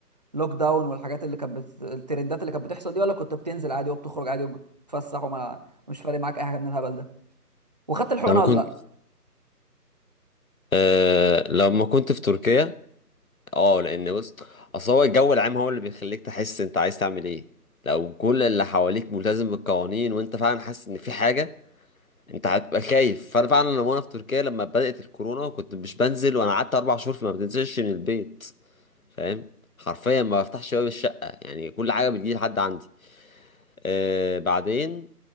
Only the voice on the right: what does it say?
لوك داون والحاجات اللي كانت بت... الترندات اللي كانت بتحصل دي ولا كنت بتنزل عادي وبتخرج عادي وبتتفسح وما مش فارق معاك اي حاجه من الهبل ده وخدت الحقنه
ولا
لا